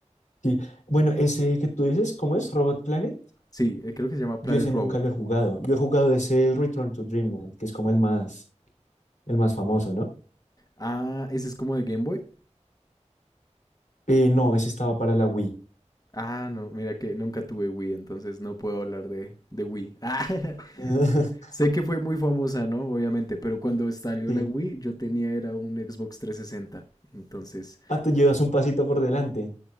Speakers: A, on the left; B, on the left.
A: Sí, bueno, ese que tú dices, ¿cómo es? Robot Planet,
B: Sí, eh, creo que se llama
A: yo
B: Planet
A: ese
B: Robot.
A: nunca lo he jugado. Yo he jugado ese el Return to Dreamland, que es como el más, el más famoso, ¿no?
B: Ah, ese es como de Game Boy.
A: Eh, no, ese estaba para la Wii.
B: Ah, no, mira que nunca tuve Wii, entonces no puedo hablar de, de Wii. <laughs>
A: <laughs>
B: Sé que fue muy famosa, ¿no? Obviamente, pero cuando salió
A: Sí.
B: la Wii, yo tenía era un Xbox trescientos sesenta, Entonces,
A: Ah, tú llevas un pasito por delante.